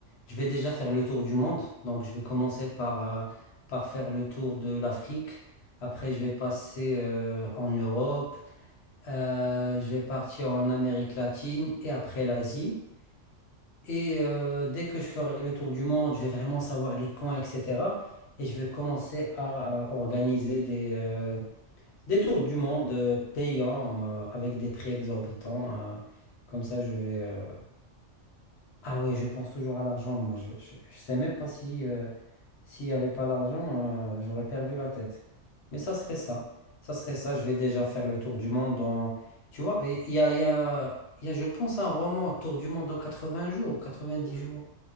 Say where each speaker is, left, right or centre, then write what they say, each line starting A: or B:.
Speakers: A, on the left; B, on the left.
A: je vais déjà faire le tour du monde. Donc, je vais commencer par, euh, par faire le tour de l'Afrique. Après,
B: Ok.
A: je vais passer euh, en Europe. Euh, je vais partir en Amérique latine et après l'Asie. Et euh, dès que je ferai le tour du monde, je vais vraiment savoir les coins, etc. Et je vais commencer à, euh, organiser des, euh, des tours du monde euh, payants euh, avec des prix exorbitants. euh. comme ça, je vais... euh, Ah ouais, je pense toujours à l'argent, moi. Je, je, je sais même pas si, euh, s'il n'y avait pas l'argent, euh, j'aurais perdu la tête. Mais ça serait ça. Ça serait ça. Je vais déjà faire le tour du monde en... Tu vois, il y a, il y a, il y a, je pense, un roman, Tour du monde en 80 jours, quatre-vingt-dix
B: Et oui,
A: jours.